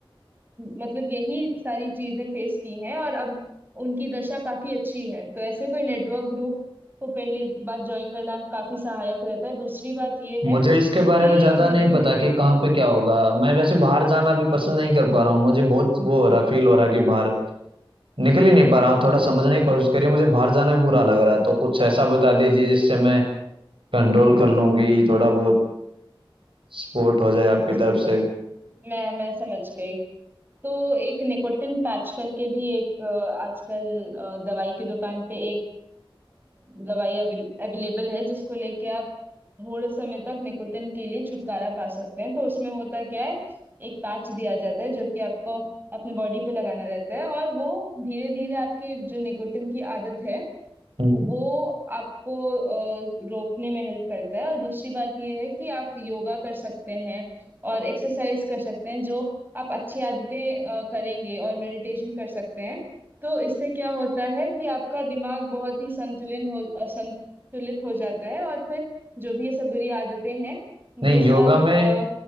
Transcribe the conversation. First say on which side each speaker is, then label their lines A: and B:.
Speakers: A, on the right (about 20°); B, on the right (about 70°).
A: मतलब यही सारी चीजें फेस की हैं और अब उनकी दशा काफी अच्छी है तो ऐसे कोई नेटवर्क ग्रुप को पहली बात ज्वाइन करना काफी सहायक रहता है दूसरी बात ये
B: मुझे
A: है
B: इसके बारे
A: कि
B: में ज्यादा
A: जब
B: नहीं
A: भी
B: पता कि कहाँ पे क्या होगा मैं वैसे बाहर जाना भी पसंद नहीं कर पा रहा हूँ मुझे बहुत वो हो रहा फील हो रहा है कि बाहर निकल ही नहीं पा रहा हूँ थोड़ा समझने की कोशिश करिए मुझे बाहर जाना भी बुरा लग रहा है तो कुछ ऐसा बता दीजिए जिससे मैं कंट्रोल कर लूँ कि थोड़ा बहुत सपोर्ट हो जाए आपकी
A: अच्छा
B: तरफ
A: अच्छा
B: से
A: मैं मैं समझ गई तो एक निकोटिन पैच करके भी एक अ, आजकल अ, दवाई की दुकान पे अ, दवाई अवेलेबल है जिसको लेके आप थोड़े समय तक निकोटिन के लिए छुटकारा पा सकते हैं तो उसमें होता क्या है एक पैच दिया जाता है जो कि आपको अपने बॉडी पे लगाना रहता है और वो धीरे धीरे आपकी जो निकोटिन की आदत है
B: हम्म।
A: वो आपको अ, रोकने में हेल्प करता है और दूसरी बात ये है कि आप योगा कर सकते हैं और एक्सरसाइज कर सकते हैं जो आप अच्छी आदतें अ, करेंगे और मेडिटेशन कर सकते हैं तो इससे क्या होता है कि आपका दिमाग बहुत ही संतुलन हो अ, संतुलित हो जाता है और फिर जो भी ये सब बुरी आदतें हैं
B: नहीं
A: ये सब
B: योगा में
A: अ,